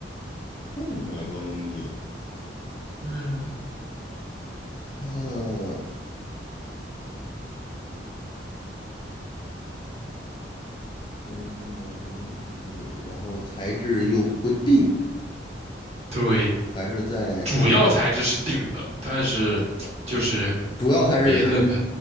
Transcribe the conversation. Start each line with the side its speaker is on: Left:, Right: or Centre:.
Left: 不能用来装东西，
Right: 嗯，
Left: 它不能用来装东西，然后材质又不定，
Right: 对，
Left: 还是在
Right: 主要材质是定的，但是就是
Left: 主要材质是
Right: 别的可